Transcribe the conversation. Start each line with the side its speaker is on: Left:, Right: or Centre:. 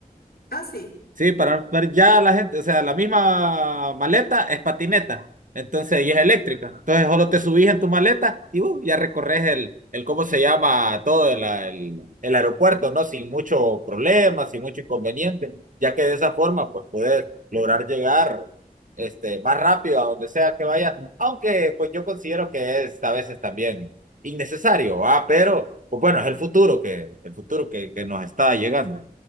Left: Ah, sí.
Right: Sí, para ver ya la gente, o sea, la misma maleta es patineta, entonces y es eléctrica. Entonces solo te subís en tu maleta y uh, ya recorres el, el, ¿cómo se llama? Todo el, el, el aeropuerto, ¿no? Sin mucho problema, sin mucho inconveniente, ya que de esa forma, pues, puedes lograr llegar este, más rápido a donde sea que vayas, aunque, pues, yo considero que es a veces también innecesario, ¿va? Pero, pues, bueno,
Left: Eleva.
Right: es el futuro que, el futuro que, que nos está llegando.